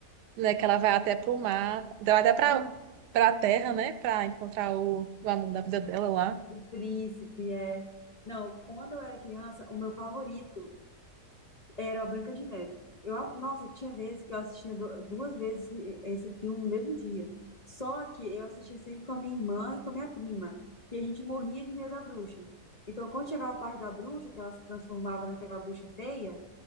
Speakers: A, on the right (about 85°); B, on the left (about 35°).
A: né? Que ela vai até pro mar, vai até pra,
B: Aham,
A: pra terra, né? Pra encontrar o, o amor da vida dela lá.
B: O Príncipe, é. Não, quando eu era criança, o meu favorito. Era a Branca de Neve. Eu, a- nossa, tinha vezes que eu assistia du- duas vezes esse, esse filme no mesmo dia. Só que eu assistia sempre com a minha irmã e com a minha prima. E a gente morria de medo da bruxa. Então, quando chegava a parte da bruxa, que ela se transformava naquela bruxa feia,